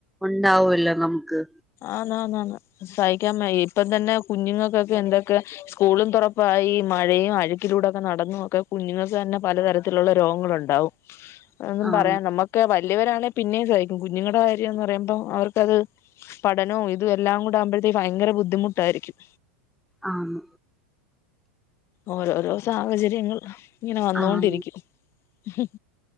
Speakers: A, in the centre; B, on the left.
A: ഉണ്ടാവൊല്ലോ നമുക്ക്
B: ആന്ന് ആന്ന് ആന്ന് സഹിക്കാൻ വയ്യ ഇപ്പം തന്നെ കുഞ്ഞുങ്ങൾക്കൊക്കെ എന്തൊക്കെ സ്കൂളും തുറപ്പായി മഴയും അഴുക്കിലൂടെ ഒക്കെ നടന്നും ഒക്കെ കുഞ്ഞുങ്ങൾക്ക് തന്നെ പലതരത്തിലുള്ള രോഗങ്ങൾ ഉണ്ടാവും
A: <inaudible>
B: ഒന്നും
A: ആന്ന്
B: പറയാം നമ്മുക്ക് വലിയവരാണെ പിന്നെയും സഹിക്കും കുഞ്ഞുങ്ങളുടെ കാര്യംന്ന് പറയുമ്പോൾ അവർക്കത് പഠനവും ഇത് എല്ലാം കൂടെ ആവുമ്പോഴത്തേക്ക് ഭയങ്കര ബുദ്ധിമുട്ടായിരിക്കും
A: ആഹ്
B: ഓരോരോ സാഹചര്യങ്ങൾ ഇങ്ങനെ വന്നോണ്ടിരിക്കും
A: ആന്ന്
B: ഉം